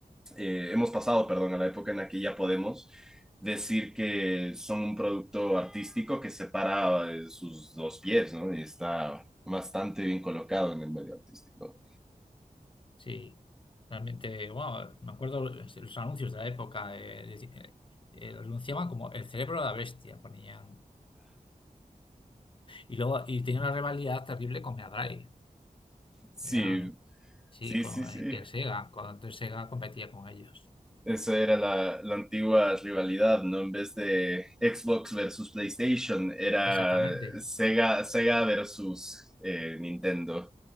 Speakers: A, in the centre; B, on the left (about 35°).
A: eh, hemos pasado, perdón, a la época en la que ya podemos decir que son un producto artístico que separa eh, sus dos pies, ¿no? Y está bastante bien colocado en el medio artístico.
B: Sí, realmente, wow, me acuerdo los, los anuncios de la época, eh, deci- eh, eh, los anunciaban como el cerebro de la bestia, ponían. Y luego, y tenía una rivalidad terrible con Mega Drive.
A: Sí,
B: Eran, sí,
A: Sí,
B: con
A: sí, sí.
B: eh, que Sega, cuando antes Sega competía con ellos.
A: Esa era la, la antigua rivalidad, ¿no? En vez de Xbox versus PlayStation, era
B: Exactamente.
A: Sega, Sega versus eh, Nintendo.